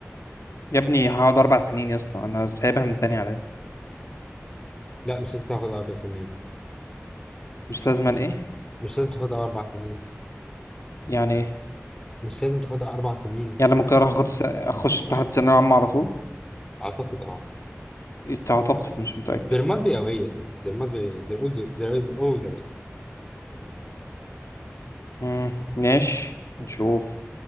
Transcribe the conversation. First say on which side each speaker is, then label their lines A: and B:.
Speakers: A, on the left; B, on the left.
A: يا ابني هقعد اربع سنين يا اسطى انا سايبها من تاني على
B: لا مش لازم تاخد أربع سنين
A: مش لازما ايه
B: مش لازم تاخدها أربع سنين
A: يعني ايه
B: مش لازم تاخدها أربع سنين
A: يعني ممكن اروح اخد س... اخش امتحان الثانويه العامه على طول
B: أعتقد أه
A: إيه، اعتقد مش متاكد
B: there must be a way يا سيدي there must be there is there is always a way
A: امم ماشي نشوف